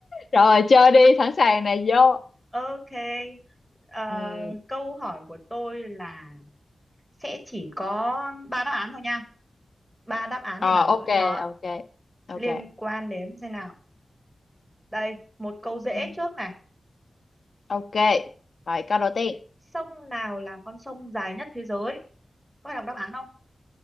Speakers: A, on the left; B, in the centre.
A: rồi chơi đi sẵn sàng nè vô
B: ok Ờ,
A: ừ
B: câu hỏi của tôi là sẽ chỉ có ba đáp án thôi nha ba đáp án
A: ờ
B: để bà lựa
A: ok
B: chọn
A: ok ok
B: liên quan đến xem nào đây một câu dễ
A: Ừ.
B: trước này
A: Ok, rồi câu đầu tiên.
B: sông nào là con sông dài nhất thế giới có phải đọc đáp án không